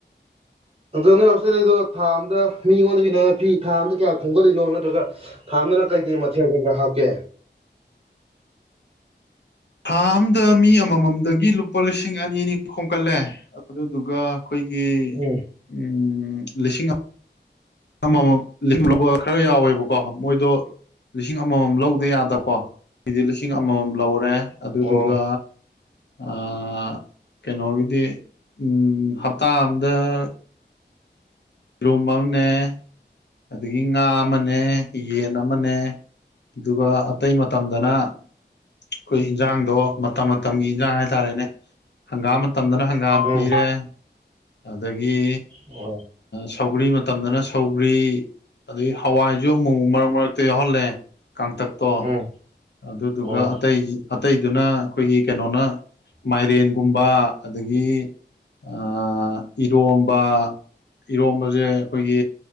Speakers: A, on the right (about 30°); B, on the left (about 70°).
A: ꯑꯗꯣ ꯅꯣꯏ ꯍꯣꯁꯇꯦꯜ ꯂꯩꯗꯣ ꯊꯥ ꯑꯝꯗ ꯃꯤꯉꯣꯟꯗꯒꯤꯅ ꯐꯤ ꯊꯥ ꯑꯝꯗ ꯀꯌꯥ ꯈꯣꯝꯒꯠꯂꯤꯅꯣ ꯅꯠꯇ꯭ꯔꯒ ꯊꯥ ꯑꯝꯃꯗꯅ ꯀꯩꯀꯩ ꯃꯊꯦꯜ ꯀꯩꯀꯥ ꯍꯥꯞꯀꯦ
B: ꯊꯥ ꯑꯝꯗ ꯃꯤ ꯑꯃꯃꯝꯗꯒꯤ ꯂꯨꯄꯥ ꯂꯤꯁꯤꯡ ꯑꯅꯤ ꯑꯅꯤ ꯈꯣꯝꯀꯠꯂꯦ ꯑꯗꯨꯗꯨꯒ ꯑꯩꯈꯣꯏꯒꯤ
A: ꯎꯝ
B: ꯎꯝ ꯂꯤꯁꯤꯡ ꯑꯃꯃꯝ <unintelligible> ꯂꯧꯕ ꯈꯔ ꯌꯥꯎꯋꯦꯕꯀꯣ ꯃꯣꯏꯗꯣ ꯂꯤꯁꯤꯡ ꯑꯃꯃꯝ ꯂꯧ ꯌꯥꯗꯕꯀꯣ ꯃꯤꯗꯤ ꯂꯤꯁꯤꯡ ꯑꯃꯃꯝ ꯂꯧꯔꯦ ꯑꯗꯨꯗꯨꯒ
A: ꯑꯣ
B: ꯑ ꯀꯩꯅꯣꯒꯤꯗꯤ ꯎꯝ ꯍꯞꯇꯥ ꯑꯝꯗ ꯏꯔꯣꯟꯕ ꯑꯃꯅꯦ ꯑꯗꯒꯤ ꯉꯥ ꯑꯃꯅꯦ ꯌꯦꯟ ꯑꯃꯅꯦ ꯑꯗꯨꯒ ꯑꯇꯩ ꯃꯇꯝꯗꯅ ꯑꯩꯈꯣꯏ ꯏꯟꯖꯥꯡꯗꯣ ꯃꯇꯝ ꯃꯇꯝꯒꯤ ꯏꯟꯖꯥꯡ ꯍꯥꯏꯇꯥꯔꯦꯅꯦ ꯍꯪꯒꯥ ꯃꯇꯝꯗꯅ ꯍꯪ ꯍꯪꯒꯥꯝ
A: ꯎꯝ
B: ꯄꯤꯔꯦ ꯑꯗꯒꯤ
A: ꯑꯣ
B: ꯁꯧꯒ꯭ꯔꯤ ꯃꯇꯝꯗꯅ ꯁꯧꯒ꯭ꯔꯤ ꯑꯗꯒꯤ ꯍꯋꯥꯏꯁꯨ ꯑꯃꯨꯛ ꯃꯔꯛ ꯃꯔꯛꯇ ꯌꯥꯎꯍꯜꯂꯦ ꯀꯥꯡꯇꯛ ꯇꯣ
A: ꯎꯝ
B: ꯑꯗꯨꯗꯨꯒ
A: ꯑꯣ
B: ꯑꯇꯩ ꯑꯇꯩꯗꯨꯅ ꯑꯩꯈꯣꯏꯒꯤ ꯀꯩꯅꯣꯅ ꯃꯥꯏꯔꯦꯟꯒꯨꯝꯕ ꯑꯗꯒꯤ ꯑ ꯏꯔꯣꯝꯕ ꯏꯔꯣꯝꯕꯁꯦ ꯑꯩꯈꯣꯏꯒꯤ